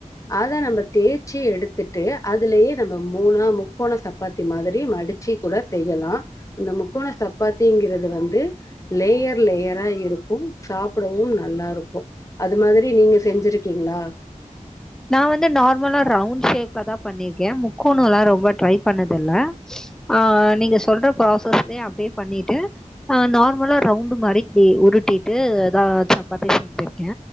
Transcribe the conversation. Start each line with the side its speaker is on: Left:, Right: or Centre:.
Left: அத நம்ம தேச்சி எடுத்துட்டு அதுலயே நம்ம மூணா முக்கோண ச ப்பாத்தி மாதிரி மடிச்சு கூட செய்யலா அந்த முக்கோண சப்பாத்திங்கிறது வந்து லேயர் லேயரா இருக்கு சாப்டவு நல்லாருக்கு அது மாதிரி நீங்க செஞ்சிருக்கீங்ளா
Centre: நா வந்து நார்மலா ரவுண்ட் ஷேப்லதா பண்ணிருக்கே முக்கோணல்லா ரொம்ப ட்ரை பண்ணதுல்ல ஆ நீங்க சொல்ற ப்ராசஸ்லயே அப்டியே பண்ணிட்டு அ நார்மலா ரவுண்ட் மாரி அப்டி உருட்டிட்டு அதா சப்பாத்திய செஞ்சிருக்கே